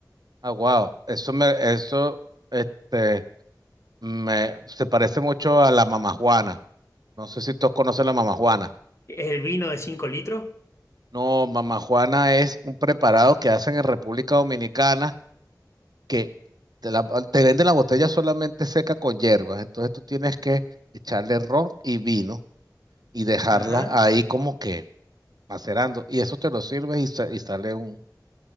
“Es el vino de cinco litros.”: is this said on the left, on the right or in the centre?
Left